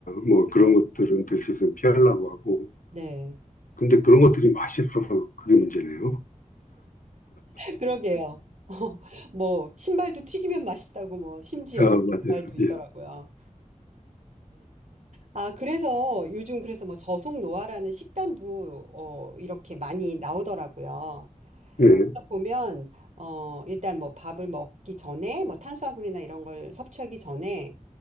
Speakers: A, on the left; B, on the right.
A: 뭐 그런
B: 네,
A: 것들은 될 수 있으면 피하려고 하고
B: 네.
A: 근데 그런 것들이 맛있어서 그게 문제네요.
B: 그러게요. <laughs> 뭐 신발도 튀기면 맛있다고 뭐 심지어
A: 아 맞아요.
B: 신발 말도 있더라고요.
A: 예.
B: 아, 그래서 요즘 그래서 뭐 저속 노화라는 식단도 어, 이렇게 많이 나오더라고요.
A: 예.
B: 보면 어 일단 뭐 밥을 먹기 전에 뭐 탄수화물이나 이런 걸 섭취하기 전에